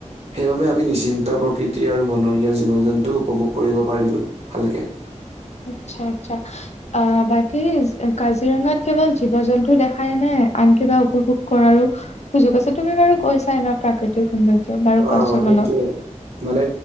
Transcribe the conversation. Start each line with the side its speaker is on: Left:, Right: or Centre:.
Right: সেইবাবে আমি নিশ্চিন্ত প্ৰকৃতি আৰু বনৰীয়া জীৱ জন্তুও উপভোগ কৰিব পাৰিলো ভালকে।
Left: আচ্ছা, আচ্ছা। আহ বাকী কাজিৰঙাত কেৱল জীৱ জন্তু দেখাই নে, আন কিবা উপভোগ কৰাৰো সুযোগ আছে, তুমি বাৰু কৈছাই ন প্ৰাকৃতিক সৌন্দৰ্য বাৰু কোৱাচোন
Right: অ সেইটোৱে,
Left: অলপ।
Right: মানে